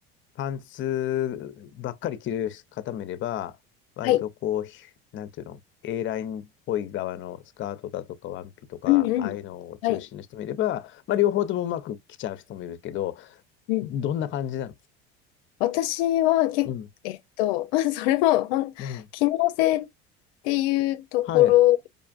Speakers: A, on the left; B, on the left.
A: パンツばっかり着る方もいれば、割とこう、
B: はい。
A: ひなんていうの A ラインっぽい側のスカートだとかワンピとか、
B: うんうん。
A: ああいうのを中心の人もいれば、
B: はい。
A: まあ両方ともうまく着ちゃう人もいるけど、
B: うん
A: どんな感じなの
B: 私はけえっと、
A: うん、
B: <laughs> それもほん、
A: うん、
B: 機能性っていうところ
A: はい、